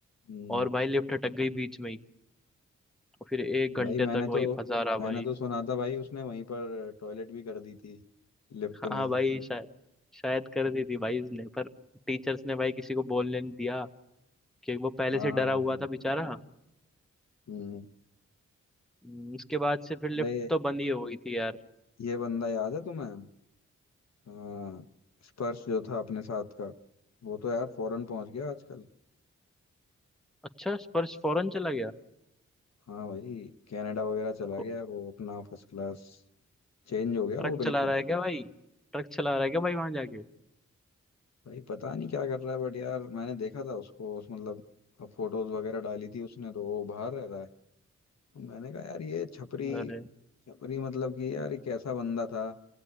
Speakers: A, on the left; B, in the centre.
A: हम्म
B: और भाई लिफ्ट अटक गई बीच में ही और फिर एक
A: भाई
B: घंटे
A: मैंने
B: तक
A: तो
B: वही फंसा रहा
A: मैंने
B: भाई
A: तो सुना था भाई उसने वहीं पर टॉयलेट भी कर दी थी लिफ्ट
B: हाँ
A: में ही
B: भाई शायद शायद कर दी थी भाई इसने पर टीचर्स ने भाई किसी को बोलने नहीं दिया कि वो पहले
A: हाँ
B: से डरा
A: हाँ
B: हुआ
A: हाँ
B: था बेचारा
A: हम्म
B: हम्म, उसके बाद से फिर
A: अरे
B: लिफ्ट तो बंद ही हो गई थी यार
A: ये बंदा याद है तुम्हें हाँ स्पर्श जो था अपने साथ का वो तो यार फॉरेन पहुंच गया आजकल
B: अच्छा स्पर्श फौरन चला गया
A: हाँ भाई कनाडा वगैरह चला
B: को-
A: गया वो अपना फर्स्ट क्लास चेंज हो गया
B: ट्रक
A: वो बिल्कुल
B: चला रहा है क्या भाई ट्रक चला रहा है क्या भाई वहां जाके
A: भाई पता नहीं क्या कर रहा है बट यार मैंने देखा था उसको उस मतलब फोटोज वगैरह डाली थी उसने तो वो बाहर रह रहा है तो मैंने कहा यार ये छपरी
B: अरे
A: छपरी मतलब कि यार ये कैसा बंदा था